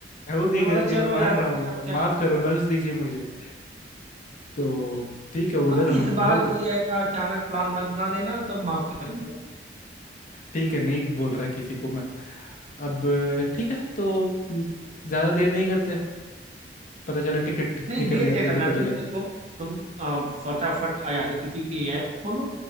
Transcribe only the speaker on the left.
हो
गई गलती
मैं
मान रहा
हूँ
माफ
करो
बख्श दीजिए मुझे तो ठीक है
उधर
हो
हो गए
ठीक है नहीं बोल रहा किसी को मैं अब ठीक है तो ज्यादा देर नहीं करते पता चला टिकट
निकल
गया
तो
दिक्कत
हो जाएगी